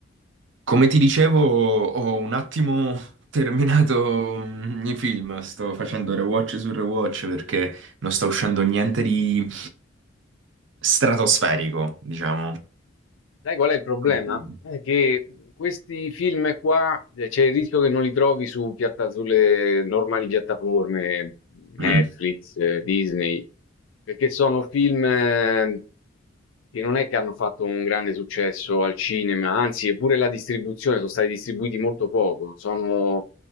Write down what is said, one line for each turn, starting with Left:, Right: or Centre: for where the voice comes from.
Right: Come ti dicevo, ho un attimo terminato mm, i film, sto facendo rewatch su rewatch perché non sta uscendo niente di stratosferico, diciamo.
Left: Sai qual è il problema?
Right: Quindi-
Left: È che questi film qua eh, c'è il rischio che non li trovi su piatta- sulle normali piattaforme, Netflix,
Right: Mm.
Left: eh, Disney, perché sono film eh, che non è che hanno fatto un grande successo al cinema, anzi, eppure la distribuzione sono stati distribuiti molto poco. Sono